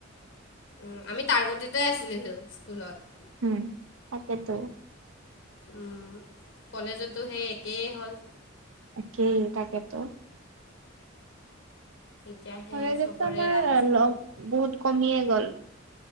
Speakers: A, on the left; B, on the right.
A: উ আমি তাৰ্গতি'তে আছিলো টো স্কুলত।
B: উম তাকেইটো -
A: উম কলেজতো সেই একেই হ'ল -
B: একেই তাকেটো।
A: এতিয়া সেই
B: কলেজততো
A: চবৰে
B: আমাৰ
A: ৰাস্তা
B: অ'- লগ
A: বেলেগ বেলেগ।
B: বহুত কমিয়ে গ'ল।